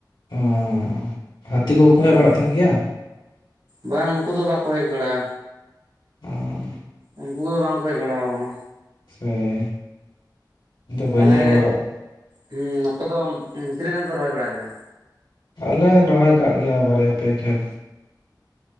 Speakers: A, on the left; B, on the right.
A: ᱩᱸ ᱦᱟᱹᱛᱤ ᱠᱚ ᱠᱚ
B: ᱦᱮᱸ
A: ᱦᱮᱡ ᱵᱟᱲᱟᱜ ᱛᱟᱦᱮᱱ ᱜᱮᱭᱟ?
B: ᱵᱟᱝ ᱩᱱᱠᱩ ᱫᱚ ᱵᱟᱠᱚ ᱦᱮᱡ ᱵᱟᱲᱟᱜ-ᱟ᱾
A: ᱚᱸᱻ
B: ᱩᱱᱠᱩ ᱠᱚᱫᱚ ᱵᱟᱝ ᱠᱚ ᱦᱮᱡ ᱵᱟᱲᱟᱣ ᱟᱠᱟᱱᱟ᱾
A: ᱥᱮ ᱤᱧ ᱫᱚ ᱵᱟᱹᱧ
B: ᱛᱟᱦᱞᱮ
A: ᱧᱮᱞ ᱵᱟᱲᱟ ᱠᱟᱜ
B: ᱦᱩᱸ ᱟᱯᱮ ᱫᱚ ᱛᱤᱱᱟᱹᱜ ᱜᱟᱱ ᱯᱮ ᱨᱚᱦᱚᱭ ᱵᱟᱲᱟ ᱠᱮᱫᱟ?
A: ᱟᱞᱮ ᱨᱚᱦᱚᱭ ᱠᱟᱜ ᱜᱮᱭᱟ ᱵᱟᱨᱭᱟ ᱯᱮᱭᱟ ᱠᱷᱮᱛ᱾